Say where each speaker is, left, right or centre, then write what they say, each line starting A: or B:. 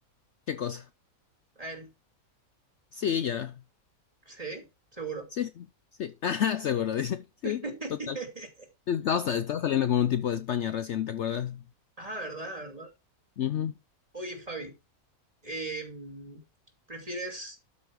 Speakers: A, on the left; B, on the right.
A: ¿Qué cosa?
B: A él,
A: Sí, ya.
B: sí, seguro.
A: Sí, sí, sí. <laughs> Ajá, seguro, dice. Sí,
B: <laughs>
A: total. Estaba, estaba saliendo con un tipo de España recién, ¿te acuerdas?
B: Ah, verdad, verdad.
A: Ujú.
B: Oye, Fabi, em, ¿prefieres